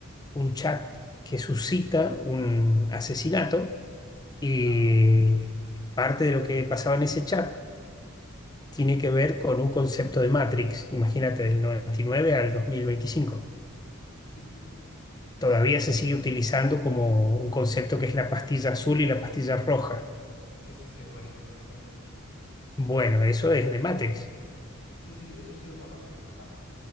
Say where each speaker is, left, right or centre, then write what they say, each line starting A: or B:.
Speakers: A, on the left (about 20°); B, on the left (about 90°).
A: un chat que suscita un asesinato y
B: Ajá.
A: parte de lo que pasaba en ese chat tiene que ver con un concepto de Matrix, imagínate, del 99 al 2025.
B: Sí, sí, sí.
A: Todavía se sigue utilizando como un concepto que es la pastilla azul y la pastilla roja.
B: Sí, sí, sí, es buenísimo ese concepto.
A: Bueno, eso es de Matrix.
B: Sí, sí, eso sí lo conocía. Ajá,